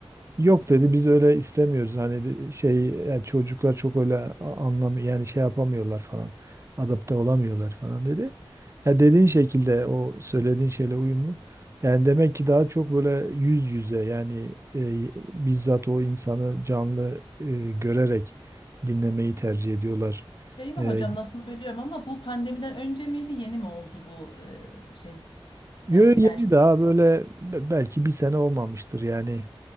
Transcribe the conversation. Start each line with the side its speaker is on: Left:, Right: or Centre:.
Right: Yok dedi biz öyle istemiyoruz hani de- şey yani çocuklar çok öyle a- anlam yani şey yapamıyorlar falan adapte olamıyorlar falan dedi. Ya dediğin şekilde o söylediğin şeyle uyumlu. Yani demek ki daha çok böyle yüz yüze yani e, bizzat o insanı canlı e, görerek dinlemeyi tercih ediyorlar.
Left: Şey mi
Right: E,
Left: hocam lafını bölüyorum ama bu pandemiden önce miydi yeni mi oldu bu e, şey
Right: yo,
Left: yani
Right: yeni
Left: ders?
Right: daha böyle be- belki bir sene olmamıştır yani